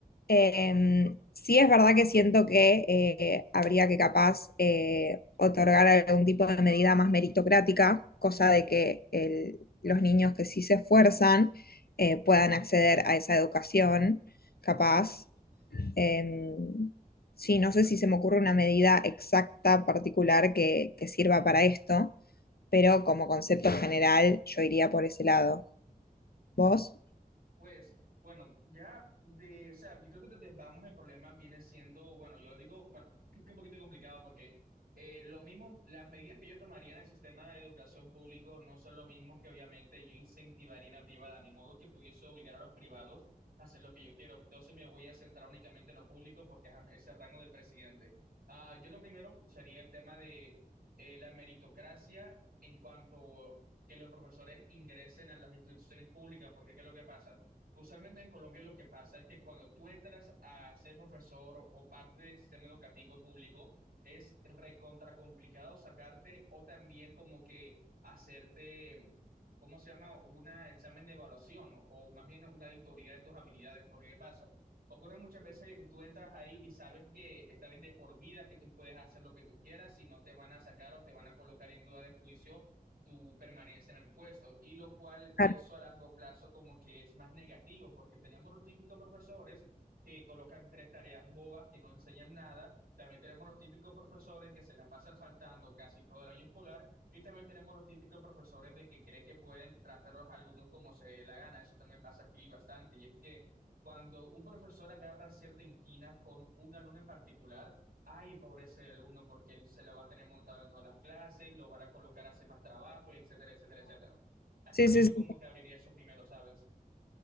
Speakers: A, on the left; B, on the right.
A: Em, sí es verdad que siento que eh, habría que capaz eh, otorgar algún tipo de medida más meritocrática, cosa de que el- los niños que sí se esfuerzan eh, puedan acceder a esa educación, capaz. Em, sí, no sé si se me ocurre una medida exacta, particular, que, que sirva para esto, pero como concepto general yo iría por ese lado. ¿Vos?
B: Pues bueno, ya de, o sea, yo creo que desde vamos el problema viene siendo, bueno, yo digo, bueno, que que un poquito complicado porque eh, lo mismo, las medidas que yo tomaría en el sistema de educación público no son lo mismo que obviamente yo incentivaría en la privada, ni modo que pudiese obligar a los privados a hacer lo que yo quiero. Entonces me voy a centrar únicamente en lo público porque ajá, es el rango del presidente. Ah, yo lo primero sería el tema de eh, la meritocracia en cuanto que los profesores ingresen a las instituciones públicas, porque ¿qué es lo que pasa? Usualmente en Colombia lo que pasa es que cuando tú entras a ser profesor o, o parte del sistema educativo público, es recontra complicado sacarte o también como que hacerte, ¿cómo se llama? Un examen de evaluación o más bien una auditoría de tus habilidades. Porque ¿qué pasa? Ocurre muchas veces de que tú entras ahí y sabes que estás de por vida, que tú puedes hacer lo que tú quieras, si no te van a sacar o te van a colocar en duda de juicio tú permaneces en el puesto, y lo cual eso
A: Ah,
B: a largo plazo como que es más negativo, porque tenemos los típicos profesores que colocan tres tareas bobas que no enseñan nada, también tenemos los típicos profesores que se la pasan faltando casi todo el año escolar, y también tenemos los típicos profesores de que creen que pueden tratar a los alumnos como se dé la gana, eso también pasa aquí bastante, y es que cuando un profesor agarra cierta inquina con un alumno en particular, Ay, pobre ese alumno, porque él se la va a tener montado en todas las clases, lo van a colocar a hacer más trabajo, etcétera, etcétera, etcétera. Así
A: Sí,
B: que
A: sí,
B: yo
A: sí.
B: como que abriría eso primero, ¿sabes?